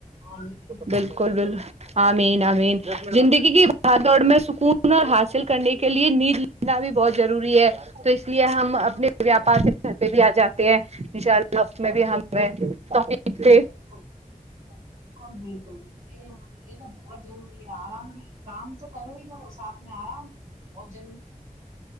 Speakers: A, on the right (about 65°); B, on the right (about 45°).
A: آمین
B: بالکل بالکل امین آمین زندگی کی بہادڑ میں سکون حاصل کرنے کے لیے نیند لینا بھی بہت ضروری ہے تو اس لیے ہم اپنے ویاپار کے گھر پہ بھی آ جاتے ہیں ف میں بھی ہمیں تقید تھ
A: بالکل بالکل بالکل یہ یہ تو بہت جر آرام بھی کام تو کرو ہی کرو ساتھ میں آرام بہت ضروری